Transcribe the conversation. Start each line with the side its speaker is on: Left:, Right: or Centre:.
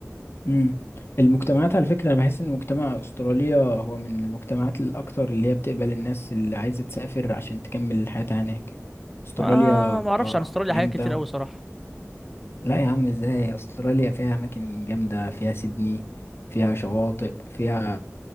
Left: امم المجتمعات على فكره انا بحس ان مجتمع استراليا هو من المجتمعات الاكثر اللي هي بتقبل الناس اللي عايزه تسافر عشان تكمل حياتها هناك استراليا
Centre: آه ما اعرفش
Left: آه،
Centre: عن استراليا
Left: جامده
Centre: حاجات كتير
Left: أوي.
Centre: قوي صراحه
Left: لا يا عم ازاي استراليا فيها اماكن جامده فيها سيدني فيها شواطئ فيها